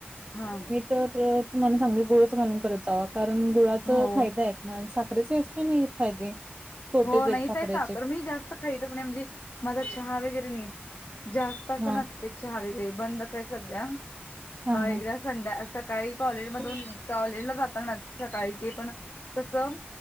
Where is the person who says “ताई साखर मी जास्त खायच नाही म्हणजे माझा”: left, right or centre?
Left